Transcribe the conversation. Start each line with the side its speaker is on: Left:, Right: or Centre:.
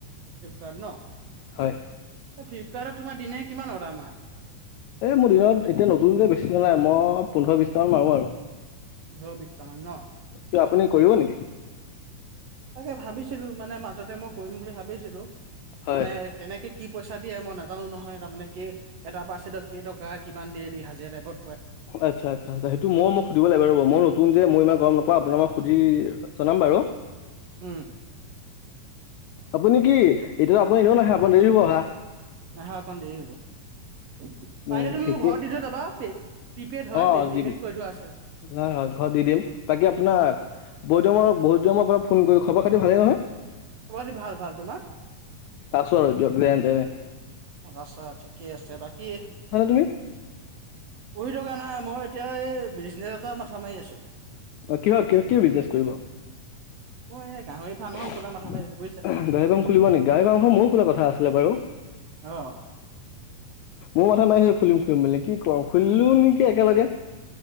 Right: ফ্লিপকাৰ্ট ন এই
Left: হয়
Right: ফ্লিপকাৰ্টত তোমাৰ দিনে কিমান অৰ্ডাৰ মৰা?
Left: এই মোৰ দিনত এতিয়া নতুন বেছি নোলায়। মই পোন্ধৰ বিশটা মান মাৰো আৰু।
Right: পোন্ধৰ বিশছটা মান ন।
Left: কিয় আপুনি কৰিব নেকি?
Right: তাকে ভাবিছিলোঁ মানে মাজতে মোক। কৰিম বুলি ভাবিছিলোঁ,
Left: হয়
Right: মানে কেনেকে কি পইচা দিয়ে, মই নাজানোঁ নহয়। তাৰমানে কি- এটা পাৰ্চছেডক কেই টকা কিমান দেয়ে হাজিৰা টাইপট।
Left: আচ্ছা। আচ্ছা, আচ্ছা সেইটো মই মোক সুধিব লাগিব ৰ' মই নতুন যে মই ইমান গ'ম নাপাওঁ। আপোনাক মই সুধি জনাম বাৰু।
Right: উমঁ।
Left: আপুনি কি এতিয়াতো আপুনি এনেও নাহে, আপুনি দেৰি হ'ব অহা।
Right: আহা অকণ দেৰি হ'ব,
Left: উম,
Right: পাৰিলে তুমি
Left: ঠিকেই
Right: মোক ঘৰত দি থৈ যাবা? প্ৰিপেড হয়ঁ,
Left: অঁ দিম
Right: পেমেণ্ট কৰি থোৱা আছে।
Left: হয় হয় ঘৰত দি দিম বাকী আপোনাক বহুতৰ বহুত দিনৰ মই আপোনাক ফোন কৰিলোঁ। খবৰ খাতি ভালেই নহয়?
Right: খবৰ খাটি ভাল ভাল তোমাৰ?
Left: আছোঁ আৰু যেনেতেনে -
Right: আছা, ঠিকে আছে বাকী-
Left: ওম।
Right: পঢ়ী থকা নাই মই এতিয়া এই বিজনেছ এটা মাথা মাৰি আছোঁ।
Left: কিহত কি কি বিজনেছ কৰিবা।
Right: মই এই গাহৰি ফাৰ্ম
Left: গাহৰি
Right: এখন খোলা মাথা মাৰি আছো বুজিছা
Left: ফাৰ্ম খুলিব নেকি গাহৰি ফাৰ্ম ময়ো খোলা আছিলে বাৰু।
Right: অঁ!
Left: মোৰ মথা নাই স খুলিম খুলিম মেলি কি কৰওঁ খুলিলো নেকি একেলগে